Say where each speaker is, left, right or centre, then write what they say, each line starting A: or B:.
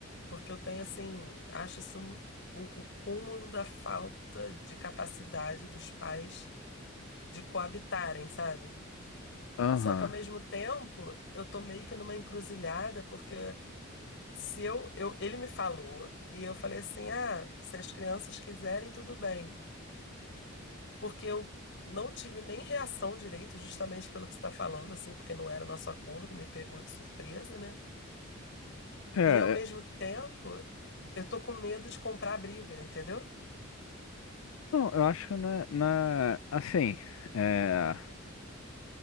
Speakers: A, on the left (about 60°); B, on the left (about 75°).
A: porque eu tenho, assim, acho isso um- o, o cúmulo da falta de capacidade dos pais de coabitarem, sabe?
B: Aham.
A: Só que ao mesmo tempo, eu tô meio que numa encruzilhada, porque se eu, eu ele me falou e eu falei assim: "Ah, se as crianças quiserem, tudo bem". porque eu não tive nem reação direito, justamente pelo que você está falando, assim, porque não era o nosso acordo, me pegou de surpresa, né?
B: É,
A: E ao mesmo
B: é-
A: tempo, eu tô com medo de comprar a briga, entendeu?
B: não, eu acho que na, na- assim, é,